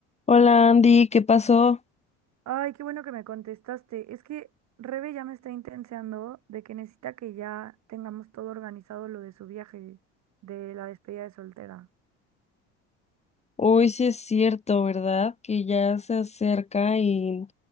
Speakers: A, on the left (about 20°); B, on the right (about 55°).
A: Hola Andy, ¿qué pasó?
B: Ay, qué bueno que me contestaste. Es que Rebe ya me está intenseando de que necesita que ya tengamos todo organizado lo de su viaje, de la despedida de soltera,
A: Hoy sí es cierto, ¿verdad? Que ya se acerca y